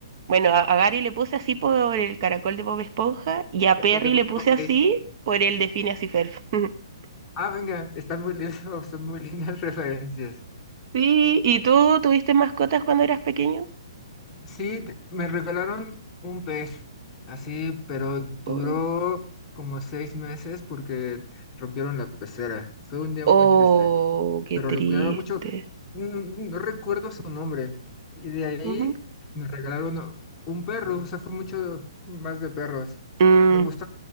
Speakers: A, on the right; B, on the left.
A: Bueno, a, a Gary le puse así por el caracol de Bob Esponja y a Perry
B: de Bob,
A: le puse
B: ok.
A: así por el de Phineas y Ferb. <laughs>
B: Ah, venga, están muy lindos, son muy lindas <laughs> referencias.
A: Sí, ¿y tú tuviste mascotas cuando eras pequeño?
B: Sí, d- me regalaron un pez, así, pero duró
A: Oh,
B: como seis meses porque rompieron la pecera. Fue un día
A: oh,
B: muy triste.
A: qué
B: pero
A: triste.
B: lo cuidaba mucho. No, no recuerdo su nombre. Y de ahí
A: Ujú.
B: me regalaron un perro, o sea, fue mucho más de perros.
A: Mm,
B: Me gusta